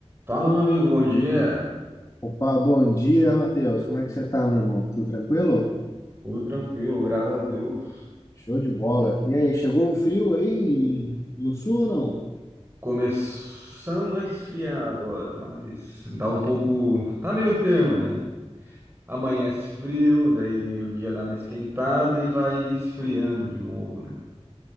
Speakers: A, on the right; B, on the left.
A: Fala, meu amigo, bom dia.
B: Opa, bom dia, Matheus. Como é que você tá, meu irmão? Tudo tranquilo?
A: Tudo tranquilo, graças a Deus.
B: Show de bola. E aí, chegou o frio aí em- no sul ou não?
A: Começando a esfriar agora, mas tá um pouco. Tá meio termo, né? Amanhece frio, daí meio-dia dá uma esquentada e vai esfriando de novo, né?